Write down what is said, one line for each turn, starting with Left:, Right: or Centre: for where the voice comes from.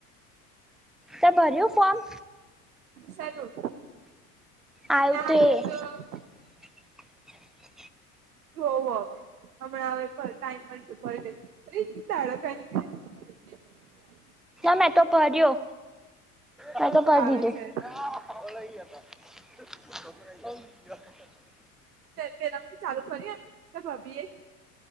Centre: તે ભર્યું ફોર્મ?
Right: સલું
Centre: આવ્યું
Right: <unintelligible>
Centre: તો એ
Right: તો
Centre: <inaudible>
Right: જોવું અવે. હમણાં હવે ટાઈમ મળતું પર <unintelligible> <inaudible>
Centre: મેં તો ભર્યો મેં
Right: ઊંઘ
Centre: તો ભરી
Right: આવે
Centre: દીધો.
Right: છે
Centre: <inaudible>
Right: પેલાની ચાલુ કરીએ તો ભાભીએ?